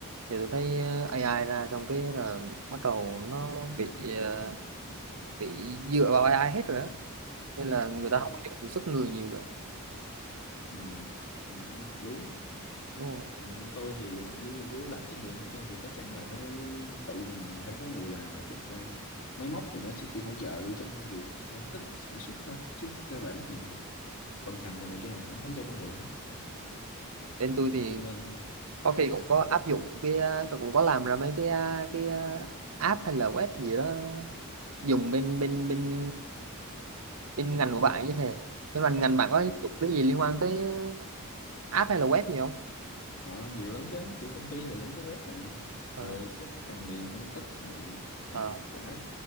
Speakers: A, on the right; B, on the left.
A: giờ tôi thấy ờ, AI ra xong cái là bắt đầu nó bị ờ, bị dựa vào AI hết rồi á nên là người
B: đúng
A: ta
B: rồi.
A: không có dùng sức người nhiều nữa
B: ừ, mình cũng hợp lý.
A: đúng không?
B: Còn như bên tôi thì hầu như là kiểu làm thí nghiệm này kia thì chắc chắn là phải tự mình phải có người làm mà chứ thật ra máy móc thì nó sẽ chỉ hỗ trợ trong công việc phân tích sản xuất thôi chứ cơ bản thì vận hành đồ này kia là vẫn phải do con người hết.
A: bên tôi thì
B: Cho nên
A: có khi cũng có áp dụng cái ờ, cũng có làm ra mấy cái ờ, cái ờ, app hay là web gì đó dùng bên bên bên bên ngành của bạn chứ hề bên ngành ngành bạn
B: ờ,
A: có dùng cái gì liên quan tới ờ, app hay là web gì không
B: Ờ, nhiều lắm chứ kiểu công ty thì vẫn có web này
A: ờ
B: rồi các cái phần mềm phân tích này rồi
A: ờ
B: cả